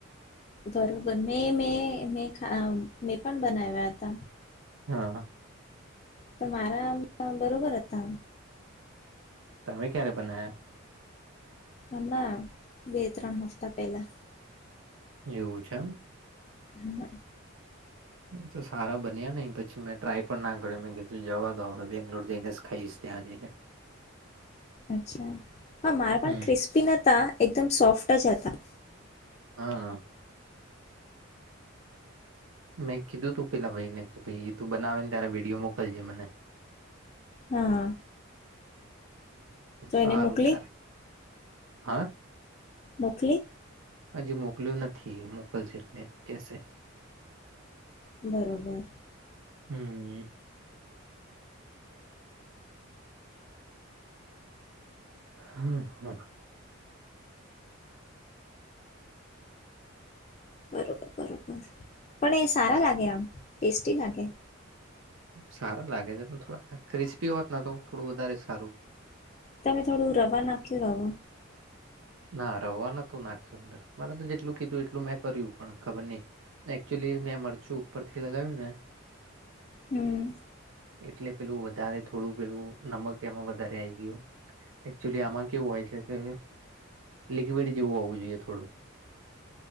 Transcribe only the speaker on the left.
બરોબર મે મે મે મેં પણ બનાવ્યા હતા.
પણ મારા બરોબર હતા.
હમણા બે ત્રણ હફ્તા પહેલા.
હમ્મ.
અચ્છા હ મારા
પણ ક્રિસ્પી ન એકમ સોફ્ટ જ હતા.
હા. તો
એને મોકલી
મોકલી
બરોબર.
બબબર પણ એ સારા લાગે આમ ટેસ્ટી લાગે.
તમે થોડું રવા નાખ્યું રવો.
હમ્મ.